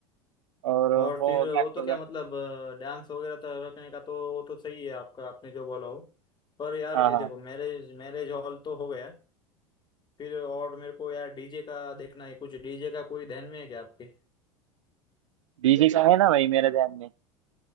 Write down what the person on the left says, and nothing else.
और
फिर
वो
तो क्या मतलब डांस वगैरह तो रखने का तो वो तो सही है आपका आपने जो बोला हो पर यार
ये
देखो मैरिज मैरिज हॉल तो हो गया फिर और मेरे को यार डीजे का देखना है कुछ डीजे का कोई ध्यान में है क्या आपके